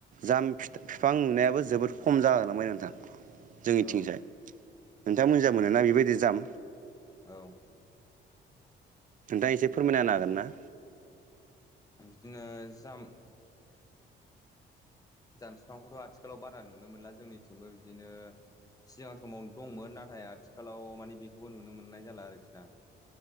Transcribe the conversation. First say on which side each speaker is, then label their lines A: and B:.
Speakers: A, on the right; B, on the left.
A: जाम फि बिफां नुनायाबो जोबोद खम जागोलाय नोंथां जोंनिथिंसाय
B: औ
A: नोंथांा
B: औ
A: मोजां मोनोना बेबायदि दाम
B: औ
A: नोंथाङा एसे फोरमायना हागोन ना?
B: बिदिनो जाम जाम बिफांखौथ' आथिखालाव बारा नुनो मोनला जोंनिथिंबो बिदिनो सिगां समाव दंमोन नाथाय आथिखालाव मानिे बेखौबो नुनो मोननाय जाला आरोखि ना।